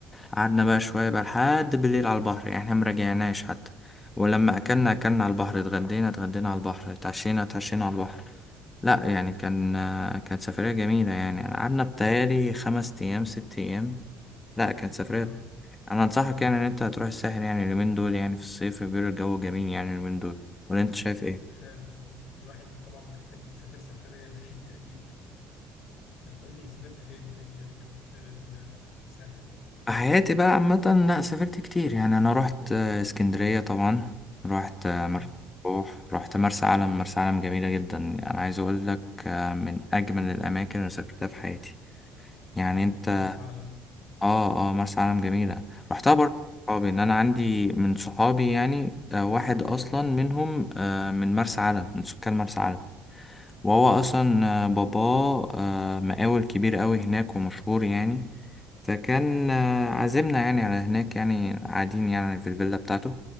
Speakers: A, on the left (about 20°); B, on the left (about 65°).
A: قعدنا بقى شوية بقى لحد بالليل على البحر يعني احنا مراجعناش حتى ولما أكلنا أكلنا على البحر اتغدينا اتغدينا على البحر اتعشينا اتعشينا على البحر لا يعني كان كانت سفرية جميلة يعني أنا قعدنا بتهيألي خمس أيام ست أيام لا كانت سفرية
B: آه.
A: أنا أنصحك يعني إن أنت هتروح الساحل يعني اليومين دول يعني في الصيف بيقولوا الجو جميل يعني اليومين دول ولا أنت شايف إيه؟
B: فعلا الواحد طبعا محتاج يسافر سفرية <laughs> زي دي أكيد طب قول لي سافرت فين تاني غير كده غير ال- الساحل
A: حياتي بقى عامة لا سافرت كتير يعني أنا رحت آه، اسكندرية طبعا رحت آه،
B: اه
A: مرسى مطروح رحت مرسى علم مرسى علم جميلة جدا يعني أنا عايز أقول لك آه، من أجمل الأماكن اللي سافرتها في حياتي يعني أنت
B: مرسى علم
A: آه آه مرسى علم جميلة رحتها
B: آه،
A: برضه مع صحابي إن أنا عندي من صحابي يعني آه، واحد أصلا منهم آه، من مرسى علم من سكان مرسى علم وهو أصلا آه، باباه آه، مقاول كبير أوي هناك ومشهور يعني فكان آه، عازمنا يعني على هناك يعني قاعدين يعني في الفيلا بتاعته